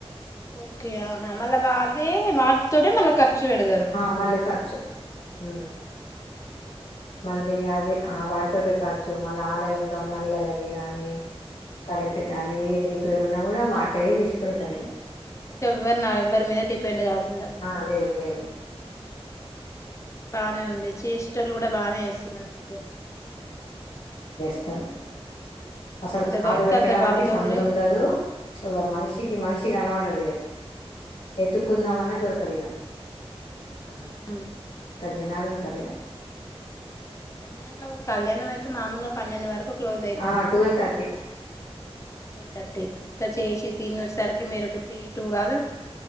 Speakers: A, on the left; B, on the left.
A: ఓకే ఆహా మళ్ళ వా అదే వా తోటే మల్ల కర్ చ్ పెడతారు
B: ఆ మళ్ళీ
A: అంతేనా
B: ఖర్చు ఉమ్,
A: హ
B: మళ్ళీ అది ఆ వాడితోే ఖర్చు మళ్ళా ఆలయంలో నల్లలాకి కాని కరెంట్ గానీ ఏ రివ్ పేరున్న గూడ మాటయ్యే తీస్ పెడ్తాదిగా
A: ఎవ్వరు నా ఎవ్వరి మీద డిపెండ్ గాకు
B: ఆ లేదు లేదు
A: ఉమ్ బానే ఉంది చేసేటోలుగూడ బానే చేస్తున్నారు మిక్కలి
B: సరే అసలు కాళ్ళు
A: దొరికితే
B: పెట్టడానికి
A: అంత వాళ్ళ జోబుడే
B: సందు ఉండదు ఇక మనిషికి మనిషి కనపడడిగా ఎత్తుకుందామన్న దొరకదిగా <inaudible>
A: ఉమ్
B: జనాలు ఉంటరిగా
A: ఎన్ని గంటల వరకు కళ్యాణం అయితే మామూలుగా పన్నెండు వరకు క్లోజ్ అయితది
B: ఆ
A: కదా
B: ట్వెల్వ్ థర్టీ
A: ట్వెల్వ్ తర్టీ ఇక చేసి తిని వచ్చేసరికి మీరు త్రీ టూ కాదు